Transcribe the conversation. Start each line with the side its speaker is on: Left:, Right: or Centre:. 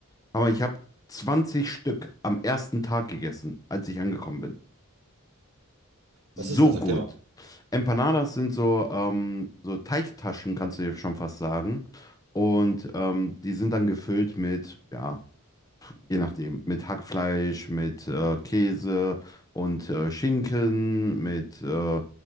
Left: Aber ich habe 20 Stück am ersten Tag gegessen, als ich angekommen bin. So
Right: Was ist das? Erklär
Left: gut.
Right: mal.
Left: Empanadas sind so, ähm, so Teigtaschen, kannst du dir schon fast sagen. Und ähm, die sind dann gefüllt mit, ja, je nachdem, mit Hackfleisch, mit äh, Käse und äh, Schinken, mit, äh,